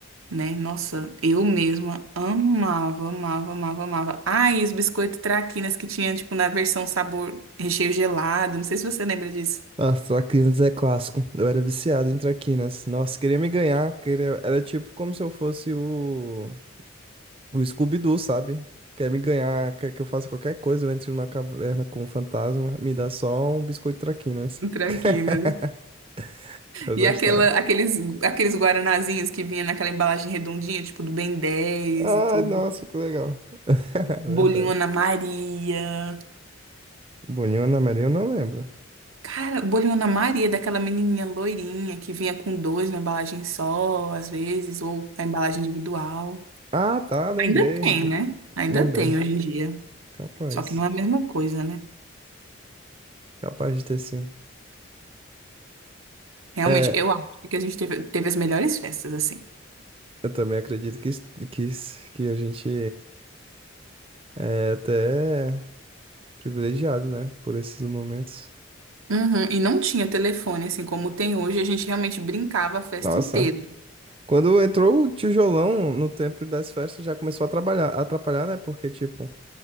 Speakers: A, on the right; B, on the right.
A: né? Nossa, eu mesma amava, amava, amava, amava. Ah, e os biscoitos traquinas que tinha, tipo, na versão sabor recheio gelado. Não sei se você lembra disso.
B: Ah, traquinas é clássico. Eu era viciado em traquinas. Nossa, queria me ganhar. Queria... Era tipo como se eu fosse o, o Scooby-Doo, sabe? Quer me ganhar, quer que eu faça qualquer coisa, eu entre numa caverna com um fantasma, me dá só um biscoito traquinas.
A: Traquinas.
B: <laughs> Eu
A: E
B: gostava.
A: aquela, aqueles, aqueles guaranazinhos que vinha naquela embalagem redondinha, tipo do Ben dez
B: Ah,
A: e tudo.
B: nossa, que legal. <laughs> Verdade.
A: Bolinho Ana Maria.
B: Boninho Ana Maria, eu não lembro.
A: Cara, bolinho Ana Maria, é daquela menininha loirinha que vinha com dois na embalagem só, às vezes, ou a embalagem individual.
B: Ah, tá, lembrei.
A: Ainda tem, né? Ainda
B: Lembrei.
A: tem hoje em dia.
B: Capaz.
A: Só que não é a mesma coisa, né?
B: Capaz de ter sim.
A: Realmente,
B: É,
A: eu acho que a gente teve, teve as melhores festas, assim.
B: eu também acredito que, isso- que, isso- que a gente é até privilegiado, né? Por esses momentos.
A: Uhum, E não tinha telefone, assim, como tem hoje, a gente realmente brincava a festa
B: Nossa.
A: inteira.
B: Quando entrou o tijolão no tempo das festas, já começou a trabalhar, a atrapalhar, né? Porque, tipo,